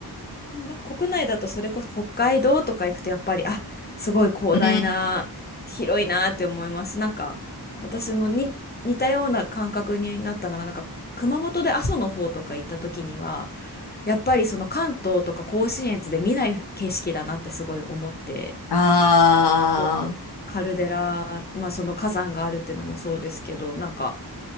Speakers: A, on the left (about 25°); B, on the left (about 70°).
A: でもなんか国内だとそれこそ北海道とか行くとやっぱり、あ、すごい広大な、
B: うん。
A: 広いなって思いますし、なんか私もに似たような感覚になったのが、なんか熊本で阿蘇の方とか行った時には、やっぱりその関東とか甲信越で見ない景色だなってすごい思って、
B: ああ、
A: そうカルデラ、まあその火山があるっていうのもそうですけど、なんか